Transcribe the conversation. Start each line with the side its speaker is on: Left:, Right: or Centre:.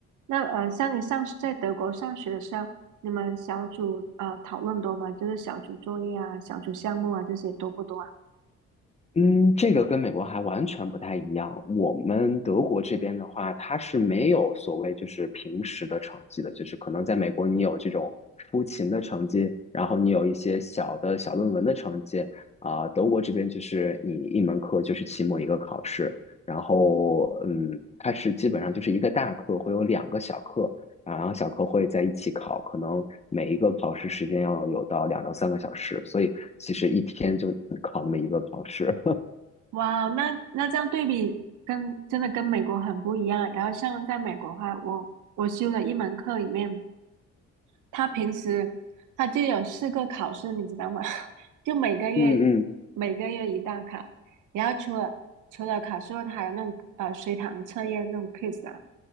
Right: 那呃，像你上在德国上学的时候，你们小组呃讨论多吗？就是小组作业啊、小组项目啊这些多不多啊？
Left: 嗯，这个跟美国还完全不太一样。我们德国这边的话，它是没有所谓就是平时的成绩的，就是可能在美国你有这种出勤的成绩，然后你有一些小的小论文的成绩啊、德国这边就是你一门课就是期末一个考试，然后嗯，它是基本上就是一个大课会有两个小课啊，然后小课会在一起考，可能每一个考试时间要有到两到三个小时，所以其实一天就考那么一个考试。
Right: 哇，那那这样对比跟真的跟美国很不一样。然后像在美国的话，我我修了一门课里面。他平时他就有四个考试，你知道吗？<laughs> 就每个月
Left: 嗯嗯
Right: 每个月一大考，然后除了除了考试后，它还有那种呃随堂测验那种 quiz 啊，